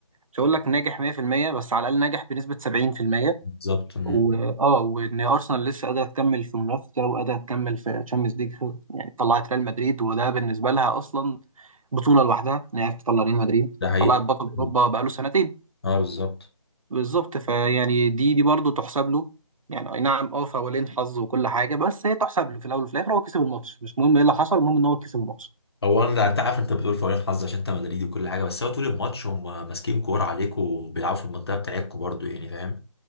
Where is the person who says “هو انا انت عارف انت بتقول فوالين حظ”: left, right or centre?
Left